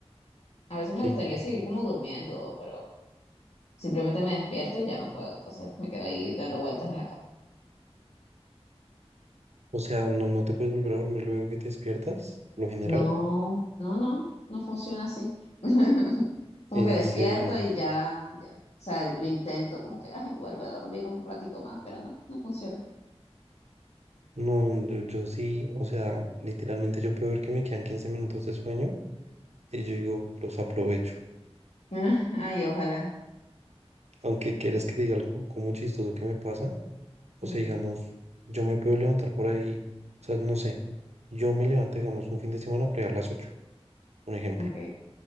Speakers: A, on the left; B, on the right.
A: a veces
B: Sí,
A: me gustaría seguir como durmiendo, pero simplemente me despierto y ya no puedo, entonces me quedo ahí dando vueltas en la cama.
B: o sea, no, no te puedes volver a dormir luego que te despiertas, lo general.
A: No, no, no, no funciona así. <laughs> Como
B: En
A: que despierto
B: serio.
A: y ya, ya. O sea, lo intento como que, ay, vuelve a dormir un ratico más, pero no, no funciona.
B: No, yo, yo sí, o sea, literalmente yo puedo ver que me quedan 15 minutos de sueño y yo digo, los aprovecho.
A: <laughs> Ay, ojalá.
B: Aunque quieras que te diga algo como chistoso que me pasa, o
A: Dime,
B: sea, digamos, yo me puedo levantar por ahí, o sea, no sé, yo me levanto, digamos, un fin de semana para ir a las 8 un ejemplo.
A: ok.